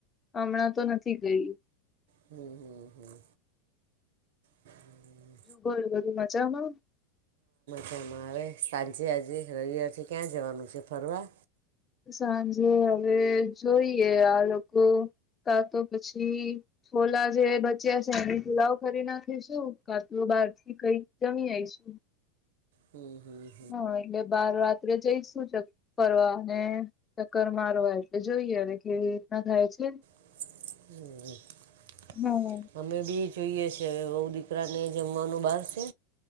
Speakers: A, on the left (about 20°); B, on the right (about 60°).
A: હમણાં તો નથી ગઈ
B: હમ્મ હમ્મ હમ્મ હમ્મ
A: બોલો બધું મજામાં
B: તમારે સાંજે આજે રવિવાર છે ક્યાં જવાનું છે ફરવા
A: સાંજે હવે જોઈએ આ લોકો કા તો પછી છોલા જે બચ્યા છે એમની પુલાવ કરી નાખીશું કાતો બહાર થી કઈ જમી આઈશું
B: હમ્મ હમ્મ
A: હા એટલે બાર રાત્રે જઈશું ત્યાં ફરવા અને ચક્કર મારવા એટલે જોઈએ હવે કેવી રીતના થાય છે
B: <inaudible> <inaudible>
A: હમ્મ
B: અમે બી જોઈએ છે હવે બહુ દીકરાને જમવાનું બહાર છે